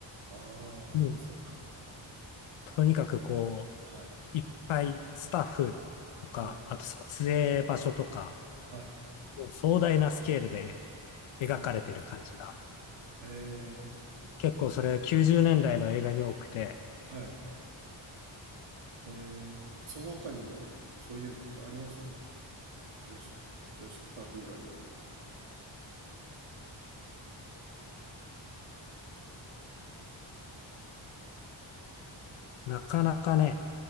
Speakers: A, on the right; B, on the left.
A: ああ、
B: もう
A: そっか。
B: とにかくこ
A: はい。
B: う、いっぱいスタッフとか、
A: はい。
B: あと撮影場所とか、
A: はい。
B: もう壮大なスケールで描かれてる感じが、
A: はい。ええ、
B: 結構それ90年代の映画に多くて、
A: はい。ええ、その他にも、そういうのってありますジュラシック、ジュラシックパーク以外で。
B: なかなかね、